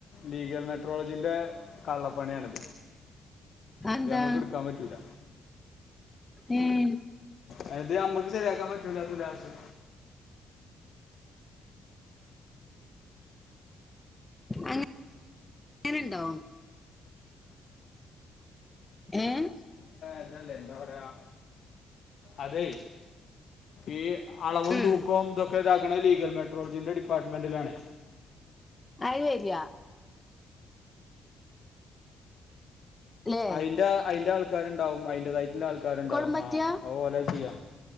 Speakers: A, on the left; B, on the left.
A: ലീഗൽ മെട്രോളജിന്റെ കള്ളപ്പണിയാണിത്
B: അതെന്താ
A: നമുക്ക് ഇട്ക്കാൻ പറ്റൂല
B: ഉം
A: എ ഇത് അമ്മക്ക് ശെരിയാക്കാൻ പറ്റൂലാ ത്തുലാസ്
B: അങ്ങനെ ഇണ്ടോ ഏഹ്
A: എതല്ലേ എന്താ പറയാ അതെ ഈ അളവും
B: ഉം
A: തൂക്കവും ഇതൊക്കെ ഇതാക്കണ ലീഗൽ മെട്രോളതിന്റെ <unintelligible> പ്പാർട്ട്മന്റിലാണ്
B: അയി വെരാ ല്ലേ
A: അയ്ന്റെ അയ്ന്റെ ആൾക്കാരുണ്ടാവും അയിന്റെതായിട്ടുള്ള ആൾക്കാരുണ്ടാവും
B: ഓൽക്കോളും പറ്റാ
A: ആ അതുപോലെ ചെയ്യാ